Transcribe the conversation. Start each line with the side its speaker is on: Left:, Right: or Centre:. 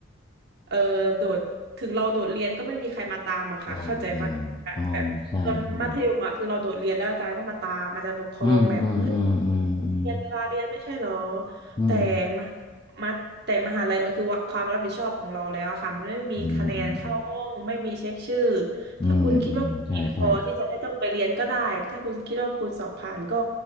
Right: เออโดดถึงเราโดดเรียนก็ไม่มีใครมาตามอะค่ะเข้าใจปะ
Left: อ๋ออ๋ออ๋อใช่ใช่
Right: แบบตอนมัธยมอะคือเราโดดเรียนแล้วอาจารย์ก็มาตามอาจารย์ปกครองแบบเฮ้ย
Left: อืมอืมอืมอื
Right: เรียนเวลาเรียนไม่ใช่เหรอ
Left: มอืม
Right: แต่มหมาแต่มหาลัยมันคือว่าความรับผิดชอบของเราแล้วค่ะมันไม่มีคะแนนเข้าห้อง
Left: อืมอืม
Right: ไม่มีเช็คชื่อ
Left: อืมอืมอืมใช่ใช่
Right: ถ้าคุณคิดว่าคุณเก่งพอที่จะไม่ต้องไปเรียนก็ได้ถ้าคุณคิดว่าคุณสอบผ่านก็